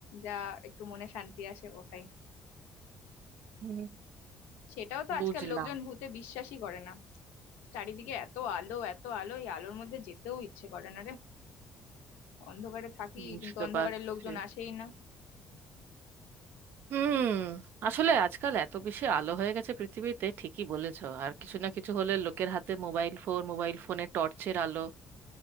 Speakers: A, on the left; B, on the right.
A: যা একটু মনে শান্তি আসে ওটাই
B: হুম
A: সেটাও তো
B: বুঝলাম
A: আজকাল লোকজন ভূতে বিশ্বাসই করে না চারিদিকে এত আলো এত আলো এই আলোর মধ্যে যেতেও ইচ্ছে করে না রে অন্ধকারে থাকি
B: বুঝতে
A: কিন্তু অন্ধকারের
B: পারছি
A: লোকজন আসেই না
B: হুম আসলে আজকাল এত বেশি আলো হয়ে গেছে পৃথিবীতে ঠিকই বলেছো আর কিছু না কিছু হলে লোকের হাতে মোবাইল ফোন মোবাইল ফোনে টর্চের আলো